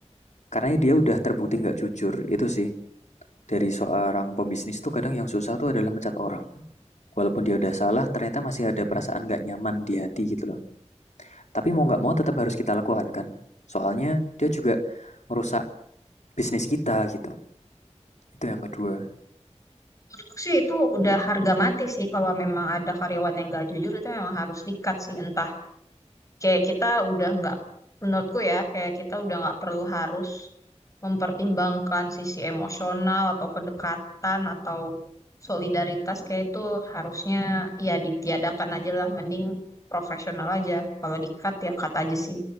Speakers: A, on the left (about 80°); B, on the left (about 25°).
A: Karena dia udah terbukti nggak jujur, itu sih. Dari seorang pembisnis tuh kadang yang susah tuh adalah mencat orang. Walaupun dia udah salah, ternyata masih ada perasaan nggak nyaman di hati gitu loh. Tapi mau nggak mau tetap harus kita lakukan kan? Soalnya dia juga merusak bisnis kita gitu. Itu yang kedua.
B: Menurutku sih itu udah harga mati sih kalau memang ada karyawan yang nggak jujur itu memang harus di-cut sih entah kayak kita udah nggak menurutku ya kayak kita udah nggak perlu harus mempertimbangkan sisi emosional atau kedekatan atau solidaritas kayak itu harusnya ya ditiadakan aja lah mending profesional aja kalau di-cut ya cut aja sih